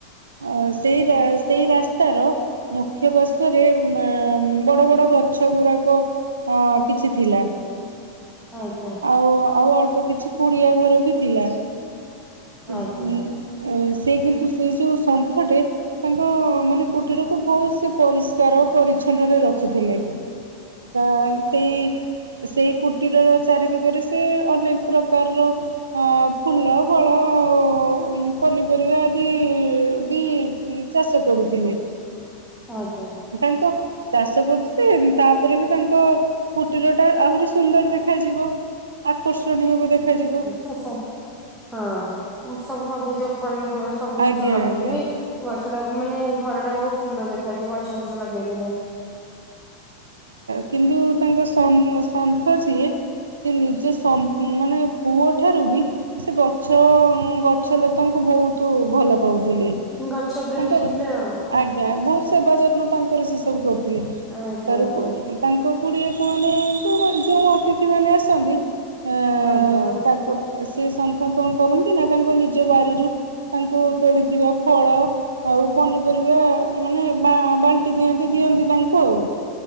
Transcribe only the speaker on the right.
ଅଉ ସେଇ ରା ସେଇ ରାସ୍ତା ର ମୁଖ୍ୟ ପାର୍ଶ୍ଵରେ ଉମା ବଡ ବଡ ଗଛ ଗୁରାକ ଅ କିଛି ଥିଲା।
ଆଉ ଆଉ ଅଳ୍ପ କିଛି କୁଡିଆ ଘର ବି ଥିଲା। ଏଁ
ସେ କିନ୍ତୁ ସେ ଯୋଉ ସନ୍ଥଟେ ତାଙ୍କ ମାନେ କୁଟୀରକୁ ବହୁତୁ ସେ ପରିଷ୍କାର ପରିଚ୍ଛନ୍ନରେ ରଖୁଥିଲେ। ତ ସେଇ ସେଇ କୁଟୀର ର ଚାରିପାଖରେ ସେ ଅନେକ ପ୍ରକାରର ହଁ ଫୁଲ ଫଳ ଆଉ ପନିପରିବା ଆଦି ବି ଉଁ ଚାଷ କରୁଥିଲେ।
ତାଙ୍କ ଚାଷ କରୁଥିଲେ ତାପରେ ବି ତାଙ୍କ କୁଟୀର ଟା ଆହୁରି ସୁନ୍ଦର ଦେ ଦେଖାଯିବ ଆକର୍ଷଣୀୟ ବି ଦେଖାଯିବ।
ଆଜ୍ଞା
ଆଜ୍ଞା।
କିନ୍ତୁ ତାଙ୍କ ସନ ସନ୍ଥ ସିଏ। ସେ ନିଜେ ସ ମାନେ ପୁଅ ଠାରୁ ବି ସେ ଗଛ ଗଛ ଲତାଙ୍କୁ ବହୁତୁ ଭଲ ପାଉଥିଲେ।
ତାଙ୍କର
ଆଜ୍ଞା ବହୁତୁ ସେବା ଯତ୍ନ ତାଙ୍କର ସେ ସବୁ କରୁଥିଲେ।
ତାର
ତାଙ୍କ କୁଡ଼ିଆକୁ ମାନେ ଯେଉଁ ଯେଉଁ ଅତିଥିମାନେ ଆସନ୍ତି। ଆଁ
ତାକୁ ସେ ସାଙ୍ଗେ ସାଙ୍ଗେ କଣ କରନ୍ତି ନା ତାଙ୍କ ନିଜ ବାରିରୁ ତାଙ୍କୁ ତୋଳିଥିବା ଫଳ। ଆଉ ପନିପରିବା ମାନେ ବାଣ୍ଟି ଦିଅନ୍ତି ଦିଅନ୍ତି ତାଙ୍କୁ ଆଉ।